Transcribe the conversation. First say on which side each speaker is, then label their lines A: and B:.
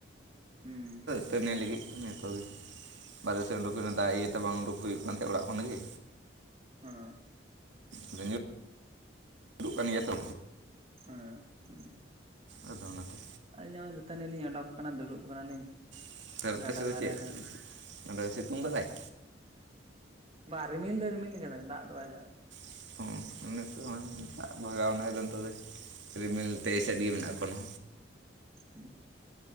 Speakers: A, on the right; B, on the right.
A: ᱦᱮᱸᱼᱼ
B: <unintelligible> ᱱᱤᱭᱟᱹ ᱞᱟᱹᱜᱤᱫ ᱡᱚᱛᱚᱜᱮ ᱵᱟᱨᱦᱮ ᱥᱮᱫ ᱩᱰᱩᱠ ᱦᱩᱭᱩᱜᱼᱟ ᱫᱟᱜ ᱤᱭᱟᱹᱛᱮ ᱵᱟᱝ ᱩᱰᱩᱠ ᱦᱩᱭᱩᱜ ᱠᱟᱱ ᱛᱟᱦᱮᱫ ᱚᱲᱟᱜ ᱠᱷᱚᱱ ᱜᱮᱼᱼ
A: ᱦᱸ <unintelligible> ᱼᱼ
B: ᱟᱫᱚ <unintelligible> ᱠᱟᱱ ᱜᱮᱭᱟ ᱛᱚᱼᱼ
A: ᱦᱮᱸ <unintelligible> ᱼᱼ
B: ᱟᱫᱚ ᱚᱱᱟᱛᱮᱼᱼ
A: ᱟᱹᱞᱤᱧ ᱦᱚᱸ ᱫᱟᱹᱛᱟᱹᱱᱤ ᱞᱤᱧ ᱚᱰᱳᱠ ᱟᱠᱟᱱᱟ ᱫᱩᱲᱩᱵ ᱟᱠᱟᱱᱟᱞᱤᱧ᱾
B: <unintelligible> ᱟᱯᱮ
A: ᱜᱟᱰᱟ
B: ᱥᱮᱫ ᱫᱚ
A: ᱫᱷᱟᱨᱮ
B: ᱪᱮᱫ
A: ᱨᱮ
B: <unintelligible> ᱥᱤᱛᱩᱝ ᱟᱠᱟᱫᱟᱭ?
A: ᱵᱟᱝ ᱨᱤᱢᱤᱞ ᱫᱚ ᱨᱤᱢᱤᱞ ᱟᱠᱟᱫᱟ ᱫᱟᱜ ᱫᱚ ᱵᱟᱭ ᱫᱟᱜ ᱮᱫᱟ᱾
B: <unintelligible> ᱫᱟᱜ ᱵᱷᱟᱜᱟᱣ ᱮᱱᱟ ᱟᱫᱚ ᱱᱤᱛᱚᱜ ᱫᱚ ᱨᱤᱢᱤᱞᱼᱼ ᱛ ᱮᱮᱥᱮᱫ ᱜᱮ ᱢᱮᱱᱟᱜᱼᱟ ᱮᱠᱷᱚᱱᱚᱼᱼ
A: ᱦᱮᱸ᱾